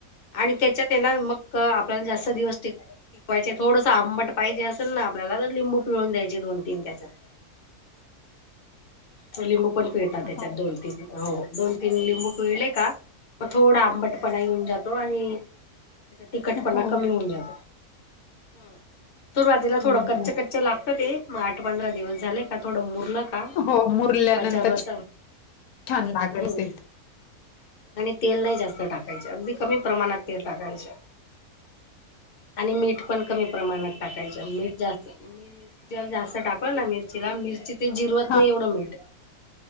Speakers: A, on the left; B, on the left.
A: आणि त्याच्यात हाय मग आपल्याला जास्त दिवस टिक टिकवायचे थोडसं आंबट पाहिजे असल असल ना आपल्याला तर लिंबू पिळून द्यायचे दोन तीन त्याच्यात. हो लिंबू पण पिळता त्याच्यात
B: हा
A: दोन तीन हो दोन तीन लिंबू पिळले का म थोडं आंबट आंबटपणा येऊन जातो आणि त्याचा तिखटपणा
B: हो हो
A: कमी होऊन जातो. हम. सुरुवातीला
B: हो.
A: थोडं कच्च कच्च लागत ते मग आठ पंधरा दिवस झाले. की थोडं मुरलं का म
B: हो, मुरल्यानंतर
A: लिंबाच्या रसा
B: छान लागत
A: <inaudible>
B: असेल.
A: आणि तेल नाही जास्त टाकायच अगदी कमी प्रमाणात तेल टाकायच. आणि मीठ पण कमी प्रमाणात टाकायचे मीठ जास्ती <inaudible> मीठ जर जास्ती जास्त टाकलं ना मिरचीला मिरची ते जिरवत
B: हा
A: नाही एवढं मीठ.